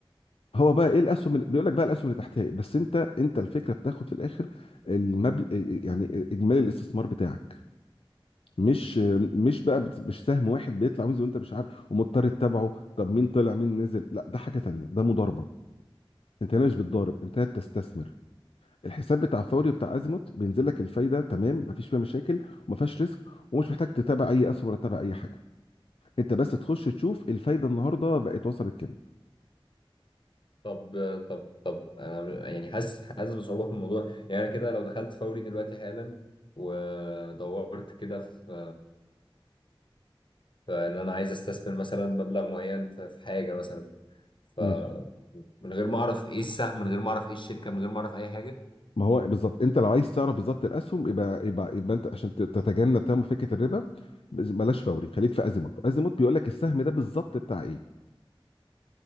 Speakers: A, on the left; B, on the left.
A: هو بقى ايه الاسهم اللي بيقول لك بقى الاسهم اللي تحتها إيه؟ بس انت انت الفكره بتاخد في الاخر المبلغ يعني اجمالي الاستثمار بتاعك مش مش بقى بت- مش سهم واحد بيطلع وينزل وانت مش عارف ومضطر تتابعه طب مين طلع مين نزل لا ده حاجه تانية ده مضاربه انت هنا مش بتضارب انت هنا بتستثمر الحساب بتاع فوري وبتاع ازيموت بينزل لك الفايده تمام مفيش فيها مشاكل وما فيهاش ريسك ومش محتاج تتابع اي اسهم ولا تتابع اي حاجه انت بس تخش تشوف الفايده النهارده بقت وصلت كام
B: طب طب طب انا يعني حاسس حاسس بصعوبة في الموضوع يعني انا كده لو دخلت فوري دلوقتي حالا ودورت كده في في ان انا عايز استثمر مثلا مبلغ معين في في حاجة مثلا فمن
A: ماشي
B: من غير ما اعرف ايه السهم من غير ما اعرف ايه الشركة من غير ما اعرف اي حاجة
A: ما هو بالظبط انت لو عايز تعرف بالظبط الاسهم يبقى يبقى يبقى انت عشان ت- تتجنب تمام فكره الربا بز- بلاش فوري خليك في ازيموت ازيموت بيقول لك السهم ده بالظبط بتاع ايه